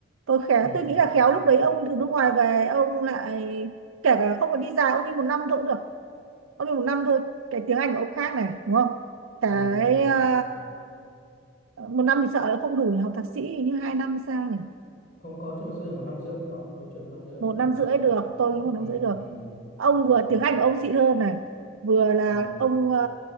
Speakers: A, on the right (about 80°); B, on the left (about 45°).
A: tôi khéo
B: ừ
A: tôi nghĩ là khéo lúc đấy ông từ nước ngoài về ông lại kể cả không phải đi dài ông đi một năm thôi cũng được ông đi một năm thôi cái tiếng Anh của ông khác này đúng không cái
B: ừ ừ.
A: ờ, ờ, một năm thì sợ là không đủ nhỉ học thạc sĩ hình như hai năm hay sao nhỉ
B: không có chỗ số trường một năm rưỡi cũng có một số trường một năm rưỡi là
A: một năm
B: dòng
A: rưỡi
B: xong rồi
A: được tôi
B: ừ
A: nghĩ một năm rưỡi được
B: ừ
A: ông vừa
B: ừ
A: tiếng Anh của ông xịn hơn này vừa là
B: ừ
A: ông ờ,